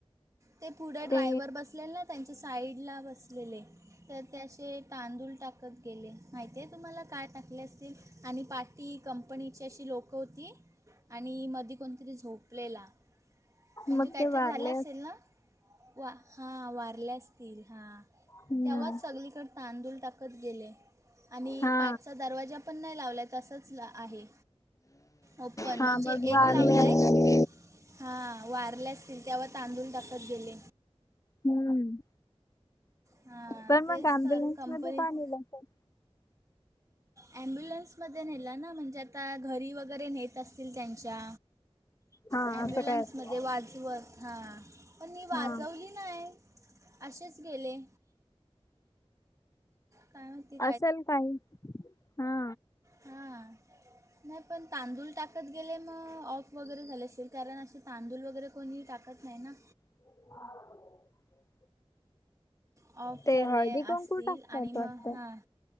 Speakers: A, on the right; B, on the left.
A: ते पुढे ड्रायव्हर
B: ते
A: बसलेल ना त्यांच्या साईड ला बस बसलेले तर ते असे तांदूळ टाकत गेले, माहिती आहे तुम्हाला का टाकले असतील. आणि पाठी कंपनीची अशी लोकं होती. आणि मधी कोणतरी झोपलेला. म्हणजे
B: मग
A: काहीतरी
B: ते वारले
A: झालं असेल ना, वा हा वारले असतील, हा.
B: हम्म
A: तेव्हाच सगलीकडे तांदूळ टाकत गेले, आणि
B: हा
A: पाठचा दरवाजा पण नाही लावलाय तसच आहे ओपन,
B: हा
A: म्हणजे
B: मग
A: एक
B: वारले
A: लावलाय
B: असेल
A: हा वारले असतील, तेव्हा तांदूळ टाकत गेले.
B: हम्म,
A: हां
B: पण
A: तेच
B: मग अम्ब्युलन्स
A: तर कंपनीत
B: मध्ये का न्हेलं असेल.
A: ॲम्ब्युलन्समध्ये न्हेल ना म्हणजे आता घरी वगैरे न्हेत असतील त्यांच्या.
B: हा
A: <inaudible> अम्ब्युलन्समध्ये
B: असं काय असेल.
A: वाजवत, हा पण तेनी वाजवली
B: हा
A: नाही. असेच गेले. काय माहिती
B: असेल काही, हा.
A: हा. नाही पण तांदूळ टाकत गेले मग ऑफ वगैरे झाले असेल. कारण असे तांदूळ वगैरे कोणीही टाकत नाही ना
B: <inaudible>
A: ऑफ
B: ते
A: झाले
B: हळदी
A: असतील,
B: कुंकू टाकतात
A: आणि मग
B: वाटतं.
A: हां